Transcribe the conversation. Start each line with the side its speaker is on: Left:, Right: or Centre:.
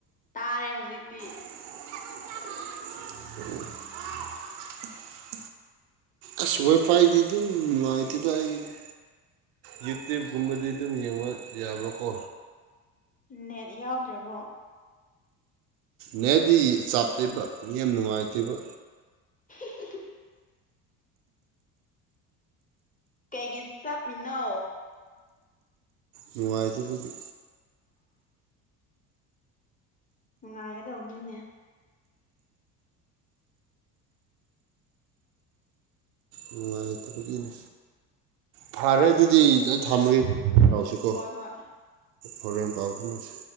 Left: ꯇꯥꯔꯦ ꯍꯧꯖꯤꯛꯇꯤ
Right: <unintelligible> ꯑꯁ ꯋꯥꯏꯄꯥꯏꯗꯤ ꯑꯗꯨꯝ ꯂꯣꯏꯗꯦꯗ ꯑꯩꯒꯝꯗꯤ ꯌꯨꯇ꯭ꯌꯨꯕꯒꯨꯝꯕꯗꯤ ꯑꯗꯨꯝ ꯌꯦꯡꯕ ꯌꯥꯕ ꯀꯣ
Left: ꯅꯦꯠ ꯌꯥꯎꯗ꯭ꯔꯥꯕꯨ
Right: ꯅꯦꯗꯤ ꯆꯥꯞꯇꯦꯕ ꯃꯤ ꯌꯥꯝ ꯅꯨꯡꯉꯥꯏꯇꯦꯕ
Left: <inaudible> ꯀꯩꯒꯤ ꯆꯠꯃꯤꯅꯣ
Right: ꯅꯨꯡꯉꯥꯏꯇꯕꯒꯤ
Left: ꯅꯨꯡꯉꯥꯏꯒꯗꯧꯕꯅꯤꯅꯦ
Right: ꯅꯨꯡꯉꯥꯏꯇꯕꯒꯤꯅꯤ ꯐꯥꯔꯦ ꯑꯗꯨꯗꯤ ꯊꯝꯃꯒꯦ <unintelligible>
Left: ꯍꯣꯏ ꯍꯣꯏ
Right: ꯍꯣꯔꯦꯟ ꯄꯥꯎ ꯐꯥꯎꯅꯁꯤ